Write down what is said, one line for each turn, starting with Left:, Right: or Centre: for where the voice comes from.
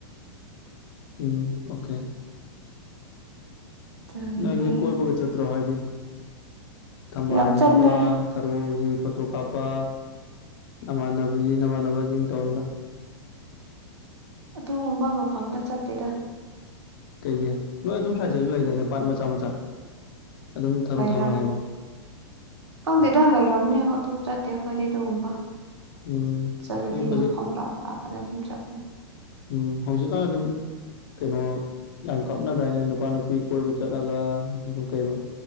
Left: ꯎꯝ ꯑꯣꯛꯀꯦ
Right: ꯑꯗꯨꯒꯤꯅꯦ
Left: ꯅꯪꯒꯤ ꯀꯣꯏꯕꯒ ꯆꯠꯇ꯭ꯔꯣ ꯍꯥꯏꯗꯤ ꯊꯥꯝꯕꯥꯜ
Right: ꯌꯥꯝ ꯆꯠꯂꯦ
Left: ꯍꯦꯛꯄ ꯊꯥꯔꯣꯒꯤ ꯐꯣꯇꯣ ꯀꯥꯞꯄ ꯅꯃꯥꯟꯅꯕꯤ ꯅꯃꯥꯟꯅꯕꯁꯤꯡ ꯇꯧꯔꯒ <unintelligible>
Right: ꯑꯗꯨꯒꯨꯝꯕ ꯃꯐꯝꯗ ꯆꯠꯇꯦꯗ
Left: ꯀꯩꯒꯤ ꯅꯣꯏ ꯑꯗꯨꯣꯝ ꯁ꯭ꯋꯥꯏꯖꯗꯁꯨ ꯂꯩꯗꯥꯏꯅꯦ ꯄꯥꯠ ꯃꯆꯥ ꯃꯆꯥ ꯑꯗꯨꯝ ꯊꯔꯣ
Right: ꯂꯩꯔꯝ
Left: ꯊꯝꯕꯥꯜ ꯍꯧꯕ
Right: ꯈꯪꯗꯦꯗꯥ ꯂꯩꯔꯝꯅꯤ ꯑꯗꯨ ꯆꯠꯇꯦ ꯑꯩꯈꯣꯏꯗꯤ ꯑꯗꯨꯒꯨꯝꯕ
Left: ꯎꯝ
Right: ꯆꯠꯂꯗꯤ
Left: ꯑꯗꯨ ꯐꯖ
Right: ꯃꯐꯝ ꯂꯞ ꯂꯥꯞꯄꯗ ꯑꯗꯨꯝ ꯆꯠꯂꯦ
Left: ꯎꯝ ꯍꯧꯖꯤꯛꯀꯥꯟ ꯑꯗꯨꯝ ꯀꯩꯅꯣ ꯌꯥꯝ ꯀꯥꯞꯅꯗꯥꯏꯅꯦ ꯅꯨꯄꯥ ꯅꯨꯄꯤ ꯀꯣꯏꯕ ꯆꯠꯂꯒ ꯑꯗꯨꯝ ꯀꯩꯕ